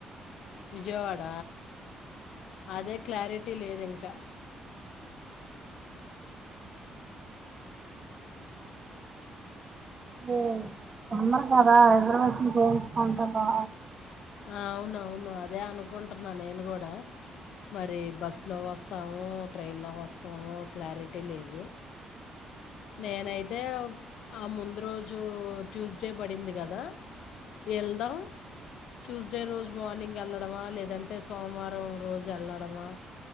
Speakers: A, on the left (about 80°); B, on the right (about 35°).
A: విజయవాడ అదే క్లారిటీ లేదు ఇంకా
B: ఇదో పండగ కద హైదరాబాద్ ను చేయించుకుంటారు బా
A: ఆ అవునవును అదే అనుకుంటున్నా నేను కూడా మరి బస్సులో వస్తామో ట్రైన్లో వస్తామో క్లారిటీ లేదు నేనైతే ఆ ముందు రోజు ట్యూస్డే పడింది కదా వెళ్దాం ట్యూస్డే రోజు మార్నింగ్ వెళ్లడమా లేదంటే సోమవారం రోజు వెళ్లడమా